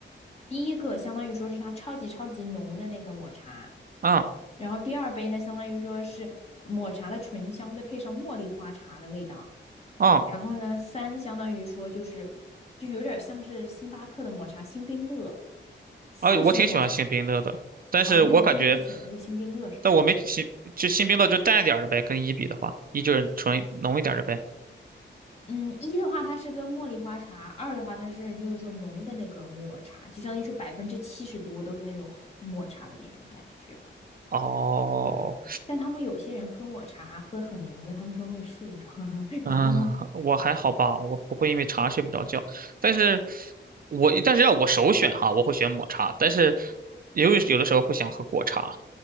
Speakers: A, on the left; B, on the right.
A: 第一个相当于说是它超级超级浓的那个抹茶，
B: 啊
A: 然后第二杯呢，相当于说是抹茶的醇香，再配上茉莉花茶的味道。
B: 啊
A: 然后呢，三相当于说就是就有点像是星巴克的抹茶星冰乐，四是抹茶，
B: 啊！我挺喜欢星冰乐的，但是我感觉，
A: 哦，那你估计会选那个星冰乐是吧？
B: 但我没星就星冰乐就淡一点儿的呗，跟一比的话，一就是纯浓一点儿的呗。
A: 嗯，一的话它是跟茉莉花茶，二的话它是就是说浓的那个抹茶，就相当于说百分之七十多都是那种抹茶的那种感觉吧。
B: 哦，
A: 但他们有些人喝抹茶喝很浓的，他们说会睡不着，<laughs>
B: 啊，
A: 你会吗？
B: 我还好吧，我不会因为茶睡不着觉，但是我但是要我首选哈，我会选抹茶，但是也有有的时候会想喝果茶。